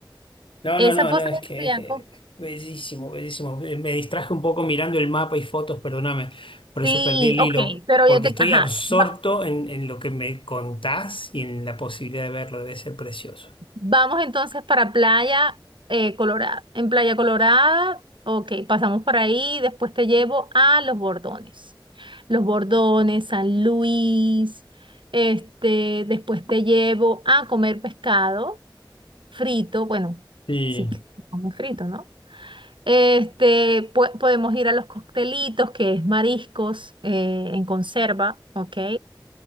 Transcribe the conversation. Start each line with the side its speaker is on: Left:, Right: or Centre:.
Left: No,
Right: Esa
Left: no, no,
Right: fosa
Left: no, es que
Right: de Cariaco.
Left: es eh, bellísimo, bellísimo. Eh, Me distraje un poco mirando el mapa y fotos, perdóname, por
Right: Sí,
Left: eso perdí el hilo,
Right: ok, pero
Left: porque
Right: yo te...
Left: estoy
Right: Ajá.
Left: absorto
Right: va-
Left: en, en lo que me contás y en la posibilidad de verlo, debe ser precioso.
Right: vamos entonces para Playa eh, Colorada. En Playa Colorada, ok, pasamos por ahí, después te llevo a Los Bordones. Los Bordones, San Luis, este, después te llevo a comer pescado frito, bueno,
Left: Sí.
Right: sí, que come frito, ¿no? Este, po- podemos ir a los coctelitos, que es mariscos eh, en conserva, ¿ok?